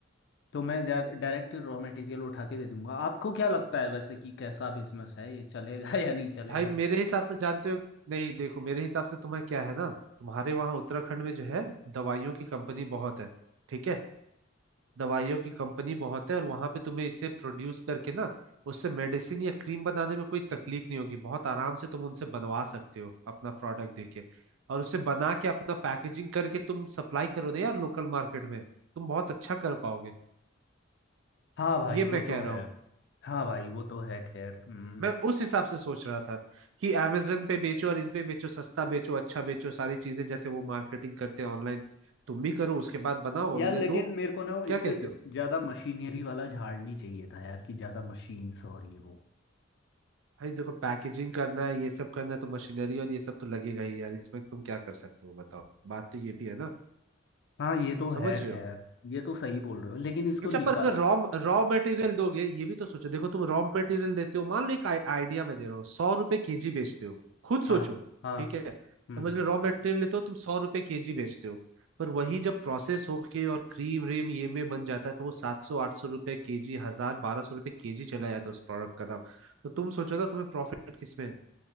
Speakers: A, on the left (about 60°); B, on the right (about 75°).
A: तो मैं डायरेक्ट रॉ मटेरियल उठा के दे दूंगा आपको क्या लगता है वैसे कि कैसा बिजनेस है ये चलेगा <laughs> या नहीं चलेगा
B: भाई मेरे हिसाब से जानते हो नहीं देखो मेरे हिसाब से तुम्हें क्या है ना तुम्हारे वहां उत्तराखंड में जो है दवाइयों की कंपनी बहुत है ठीक है दवाइयों की कंपनी बहुत है और वहां पे तुम्हें इसे प्रोड्यूस करके ना उससे मेडिसिन या क्रीम बनाने में कोई तकलीफ नहीं होगी बहुत आराम से तुम उनसे बनवा सकते हो अपना प्रोडक्ट देके और उसे बना के अपना पैकेजिंग करके तुम सप्लाई करो ना यार लोकल मार्केट में तुम बहुत अच्छा कर पाओगे
A: हाँ भाई
B: ये मैं
A: वो तो
B: कह रहा
A: है
B: हूँ
A: हाँ भाई वो तो है खैर हम्म,
B: मैं उस हिसाब से सोच रहा था कि amazon पे बेचो और इन पे बेचो सस्ता बेचो अच्छा बेचो सारी चीजें जैसे वो मार्केटिंग करते हैं ऑनलाइन तुम भी करो उसके बाद बनाओ
A: यार
B: और उन्हें
A: लेकिन
B: दो
A: मेरे को ना वो इस
B: क्या कहते
A: पे ज-
B: हो
A: ज्यादा मशीनरी वाला झाड़ नहीं चाहिए था यार कि ज्यादा मशीन्स और ये वो
B: भाई देखो पैकेजिंग करना है ये सब करना है तो मशीनरी और ये सब तो लगेगा ही यार इसमें तुम क्या कर सकते हो बताओ बात तो ये भी है ना
A: हाँ ये तो है
B: समझ रहे
A: खैर
B: हो
A: ये तो सही बोल रहे हो लेकिन इसको
B: अच्छा
A: निका
B: पर अगर रॉ रॉ मटेरियल दोगे ये भी तो सोचो देखो तुम रॉ मटेरियल देते हो मान लो एक आइडिया मैं दे रहा हूँ सौ रुपए केजी बेचते हो खुद
A: हाँ
B: सोचो
A: हाँ
B: ठीक है समझ
A: हम्म
B: लो रॉ मटेरियल लेते हो तुम सौ रुपए केजी बेचते हो पर वही जब प्रोसेस होके और क्रीम व्रीम ये में बन जाता है तो वो सात सौ आठ सौ रुपए केजी हजार बारह सौ रुपए केजी चला जाता है उस प्रोडक्ट का दाम तो तुम सोचो ना तुम्हें प्रॉफिट किसमें है